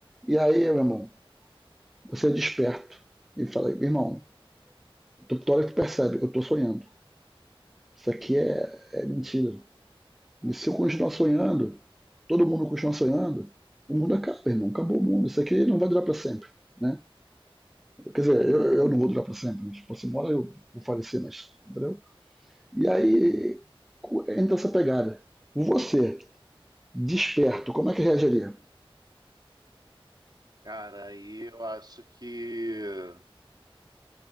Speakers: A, in the centre; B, on the right.
A: E aí, meu irmão, você é desperto e fala, irmão, tu, tu olha que tu percebe, eu tô sonhando. Isso aqui é, é mentira. E se eu continuar sonhando, todo mundo continuar sonhando, o mundo acaba, irmão. Acabou o mundo. Isso aqui não vai durar para sempre. Né? Quer dizer, eu, eu não vou durar para sempre. Mas, tipo, se mora eu vou falecer, mas. Entendeu? E aí entra essa pegada. Você, desperto, como é que reagiria?
B: Cara, aí eu acho que